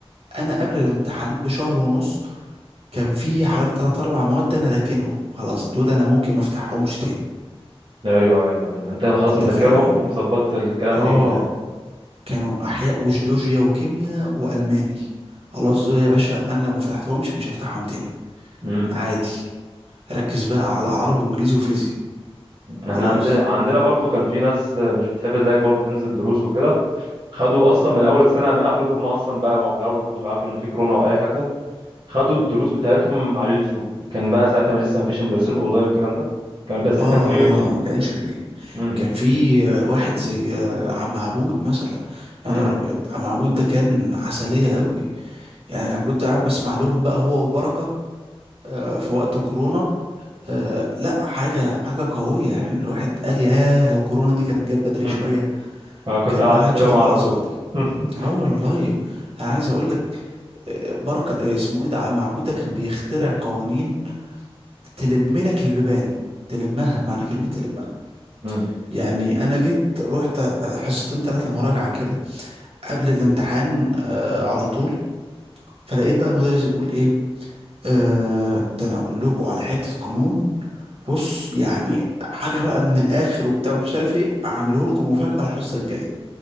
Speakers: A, on the right; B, on the right.
A: انا قبل الامتحانات بشهر ونص كان في حوالي 3 4 مواد انا راكنهم خلاص دول انا ممكن ما افتحهمش تاني
B: ايوه ايوه ايوه انت خلاص
A: انت
B: مذاكرهم
A: فاهم
B: ومظبط الكلام
A: اه
B: فيهم يعني
A: كانوا احياء وجيولوجيا وكيمياء والماني خلاص دول يا باشا انا لو ما فتحتهمش مش هفتحهم تاني
B: امم
A: عادي ركز بقى على عربي وانجليزي وفيزياء خلاص
B: احنا عندنا عندنا برضو كان في ناس مش بتحب زيك برضو تنزل دروس وكده خدوا اصلا من اول السنه من قبل كورونا اصلا بقى بقوا من اول برضو بيعرفوا ان في كورونا او اي حاجه خدوا الدروس بتاعتهم على اليوتيوب كان بقى ساعتها ما لسه ما فيش المدرسين اونلاين والكلام ده كان بس
A: اه
B: كان في يوتيوب
A: اه ما كانش فيه
B: امم
A: كان في آه، واحد زي آه، عم عبود مثلا يا
B: امم
A: نهار ابيض عم عبود ده كان عسلية قوي يعني انا كنت قاعد بسمع لهم بقى هو وبركة آه، في وقت كورونا آه، لا حاجة حاجة قوية يعني الواحد قال يا لو كورونا دي كانت جت بدري
B: <laughs>
A: شوية
B: أنا كنت
A: كان
B: قعدت
A: الواحد
B: لهم
A: شاف
B: على
A: العظمة
B: طول
A: دي
B: <laughs>
A: اه والله انا عايز اقول لك آه، بركة آه، اسمه ايه ده عم عبود ده كان بيخترع قوانين تلم لك البيبان تلمها بمعنى كلمة تلمها
B: مم.
A: يعني انا جيت رحت حصتين ثلاثه مراجعه كده قبل الامتحان آه على طول فلقيت بقى المدرس بيقول ايه آه ده انا اقول لكم على حته قانون بص يعني حاجه بقى من الاخر وبتاع مش عارف ايه اعمله لكم مفاجاه الحصه الجايه